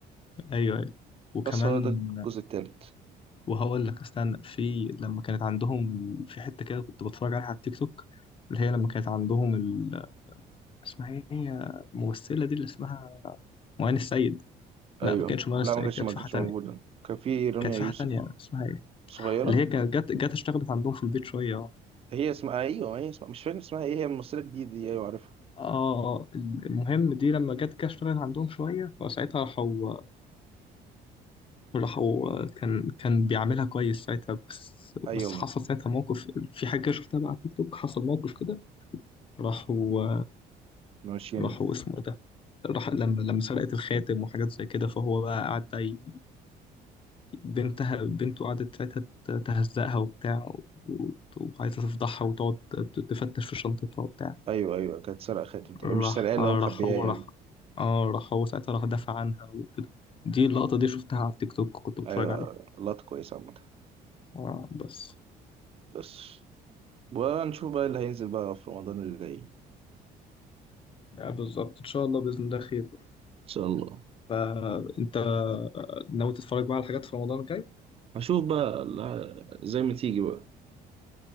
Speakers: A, on the left; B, on the right.
A: ايوه ايوه وكمان
B: بس هو ده الجزء التالت
A: وهقول لك استنى في لما كانت عندهم في حتة كده كنت بتفرج عليها على التيك توك اللي هي لما كانت عندهم ال... اسمها ايه هي الممثلة دي اللي اسمها معين السيد لا
B: ايوه
A: ما كانتش معين
B: لا
A: السيد
B: ما كانتش
A: كانت
B: ما
A: في
B: كانتش
A: حاجة تانية
B: موجوده كان في رانيا
A: كانت في
B: يوسف
A: حاجة تانية اسمها ايه
B: صغيره
A: اللي هي كانت جت جت اشتغلت عندهم في البيت شوية اه
B: هي اسمها ايوه هي اسمها مش فاكر اسمها ايه هي ممثله جديده دي ايوه عارفها
A: اه المهم دي لما جت كده اشتغلت عندهم شوية فساعتها راحوا راحوا كان كان بيعملها كويس ساعتها بس
B: ايوه
A: بس حصل ساعتها موقف في حاجة شفتها بقى على التيك توك حصل موقف كده راحوا
B: ماشيينها
A: راحوا اسمه إيه ده راح لما لما سرقت الخاتم وحاجات زي كده فهو بقى قعد بقى ي- بنتها بنته قعدت ساعتها ت- تهزقها وبتاع و- وعايزة تفضحها وتقعد ت- تفتش في شنطتها وبتاع
B: ايوه ايوه كانت سارقه خاتم تقريبا.
A: راح
B: مش سارقاه اللي
A: راح
B: هو مخبياه
A: هو
B: يعني
A: راح اه راح هو ساعتها راح دافع عنها وكده دي اللقطة دي شفتها على التيك توك كنت بتفرج
B: ايوه
A: عليها
B: لقطه كويسه عامه
A: اه بس
B: بس ونشوف بقى اللي هينزل بقى في رمضان اللي جاي ان
A: آه، بالظبط ان شاء الله باذن الله خير
B: شاء الله
A: فانت ناوي تتفرج بقى على حاجات في رمضان الجاي
B: هشوف بقى لا- زي ما تيجي بقى